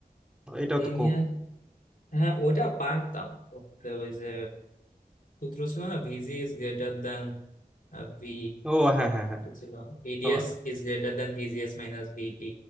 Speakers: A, in the centre; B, on the left.
A: এটাও
B: লিনিয়ার
A: তো খুব-
B: হ্যাঁ ওটা পারতাম করতে ওই যে সূত্র ছিল না VG is greater than V
A: ও হ্যাঁ হ্যাঁ হ্যাঁ
B: কি ছিল VDS
A: তোমার
B: is greater than VGS minus VT